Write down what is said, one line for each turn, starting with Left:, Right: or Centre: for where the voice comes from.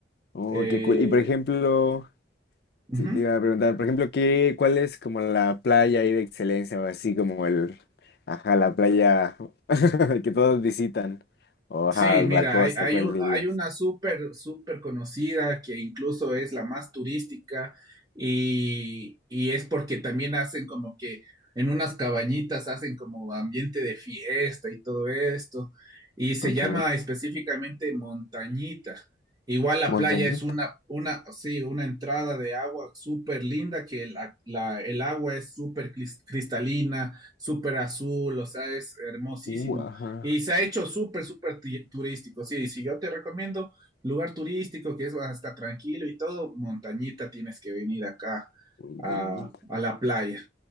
Left: oh,
Right: Eh,
Left: qué cool. Y por ejemplo,
Right: ujú.
Left: sí, te iba a preguntar, por ejemplo, ¿qué, cuál es como la playa ahí de excelencia o así como el, ajá, la playa <laughs> que todos visitan? O ajá,
Right: Sí,
Left: la
Right: mira,
Left: costa,
Right: hay, hay,
Left: ¿cuál
Right: un-
Left: dirías?
Right: hay una súper, súper conocida que incluso es la más turística y, y es porque también hacen como que en unas cabañitas hacen como ambiente de fiesta y todo esto y se
Left: Ok.
Right: llama específicamente Montañita. Igual la
Left: Montañita.
Right: playa es una, una, sí, una entrada de agua súper linda que la- la- el agua es súper cris- cristalina, súper azul, o sea, es hermosísimo.
Left: Uh, ajá.
Right: Y se ha hecho súper, súper turístico. Sí, si yo te recomiendo lugar turístico que es hasta tranquilo y todo, montañita tienes que venir acá
Left: Montañita.
Right: a, a la playa.